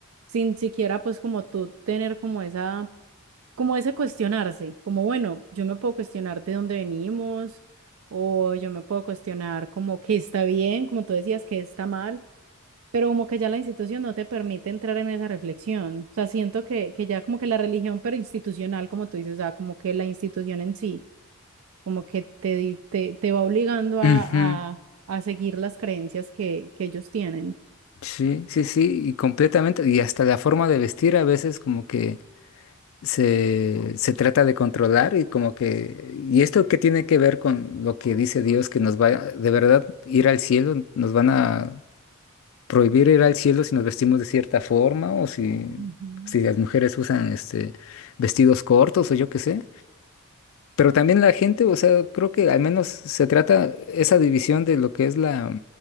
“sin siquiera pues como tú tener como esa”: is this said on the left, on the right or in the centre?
Right